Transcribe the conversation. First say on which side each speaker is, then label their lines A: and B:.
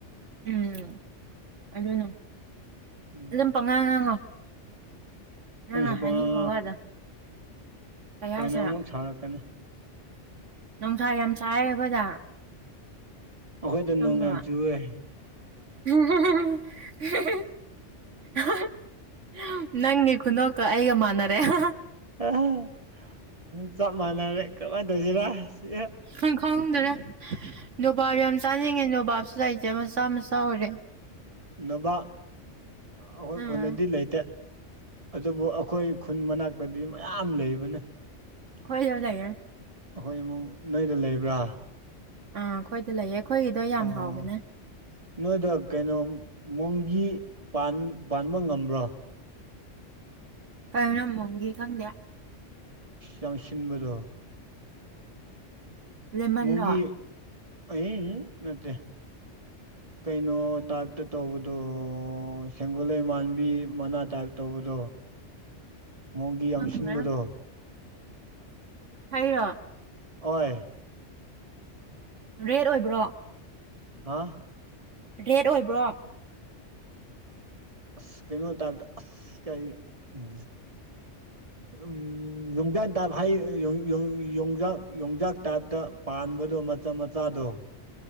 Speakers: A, on the right; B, on the right.
A: ꯎꯝ ꯑꯗꯨꯅ
B: ꯎꯝ
A: ꯑꯗꯨꯝ ꯉꯥꯡ ꯉꯥꯡꯉꯣ ꯅꯪꯅ
B: ꯅꯪꯁꯨ
A: ꯍꯥꯏꯅꯤꯡꯕ
B: ꯄꯉꯥꯡ
A: ꯋꯥꯗꯣ ꯀꯩ ꯍꯥꯏꯁꯤꯔꯥ
B: ꯍꯣꯏꯅ ꯑꯃꯨꯛ ꯁꯥꯔꯛꯀꯅꯤ
A: ꯅꯨꯡꯁꯥ ꯌꯥꯝ ꯁꯥꯏꯌꯦ ꯑꯩꯈꯣꯏꯗ
B: ꯑꯈꯣꯏꯗ
A: ꯈꯪꯕ꯭ꯔꯣ
B: ꯅꫭꯡ ꯌꯥꯝ ꯆꯨꯋꯦ
A: <unintelligible> ꯅꯪꯒꯤ ꯈꯨꯅꯣꯛ ꯀꯥ ꯑꯩꯒ ꯃꯥꯅꯔꯦ ꯑꯍꯥ ꯍꯥ
B: ꯑ ꯆꯞ ꯃꯥꯟꯅꯔꯦ ꯀꯔꯃꯥꯏꯅ ꯇꯧꯁꯤꯔ ꯁꯤꯑꯦ
A: ꯈꯡ ꯈꯪꯉ ꯗꯔꯦ ꯅꯣꯕꯥꯞ ꯌꯥꯝ ꯆꯥꯅꯤꯡꯉꯦ ꯅꯣꯕꯥꯞꯁꯨ ꯂꯩꯥꯏꯇꯦ ꯃꯆꯥ ꯃꯆꯥ ꯑꯣꯏꯔꯦ
B: ꯅꯕ ꯑꯥ ꯑꯈꯣꯏ
A: ꯎꯝ
B: ꯈꯨꯟꯗꯗꯤ ꯂꯩꯇꯦ ꯑꯗꯨꯕꯨ ꯑꯩꯈꯣꯏ ꯈꯨꯟ ꯃꯅꯥꯛꯇꯗꯤ ꯃꯌꯥꯝ ꯂꯩꯕꯅꯤ
A: ꯈꯣꯏꯗ ꯂꯩꯌꯦ
B: ꯑꯈꯣꯏ ꯏꯃꯨꯡ ꯅꯣꯏꯗ ꯂꯩꯕ꯭ꯔꯥ
A: ꯑꯥ ꯑꯩꯈꯣꯏꯗ ꯂꯩꯌꯦ ꯑꯩꯈꯣꯏꯒꯤꯗꯣ ꯌꯥꯝ
B: ꯑꯣ
A: ꯍꯥꯎꯕꯅꯦ
B: ꯅꯣꯏꯗ ꯀꯩꯅꯣ ꯃꯣꯡꯒꯤ ꯄꯥꯟ ꯄꯥꯟꯕ ꯉꯝꯕ꯭ꯔꯣ
A: ꯀꯅ ꯃꯑꯣꯡꯒꯤ ꯈꯪꯗꯦ
B: ꯏꯁ ꯌꯥꯝ ꯁꯤꯟꯕꯗꯣ
A: ꯂꯦꯃꯟꯔꯣ
B: ꯃꯨꯒꯤ ꯑꯍꯦ ꯍꯦ ꯅꯠꯇꯦ ꯀꯩꯅꯣ ꯇꯥꯏꯞꯇ ꯇꯧꯕꯗꯣ ꯁꯦꯡꯒꯣꯂꯩ ꯃꯥꯟꯕꯤ ꯃꯅꯥ ꯇꯥꯏꯞ ꯇꯧꯕꯗꯣ ꯃꯣꯡꯒꯤ ꯌꯥꯝ
A: ꯈꯪꯗꯦ
B: ꯁꯤꯟꯕꯗꯣ
A: ꯍꯥꯏꯔꯣ
B: ꯍꯣꯏ
A: ꯔꯦꯠ ꯑꯣꯏꯕ꯭ꯔꯣ
B: ꯍꯥꯥ
A: ꯔꯦꯠ ꯑꯣꯏꯕ꯭ꯔꯣ
B: ꯑꯁ ꯀꯩꯅꯣ ꯇꯥꯕꯗꯣ ꯑꯁ ꯀꯔꯤ ꯎꯝ ꯎꯝ ꯌꯣꯡꯆꯥꯛ ꯇꯥꯞ ꯍꯥꯏ ꯌꯣꯡꯆꯥꯛ ꯌꯣꯡꯆꯥꯛ ꯇꯥꯞꯇ ꯄꯥꯟꯕꯗꯣ ꯃꯆꯥ ꯃꯆꯥꯗꯣ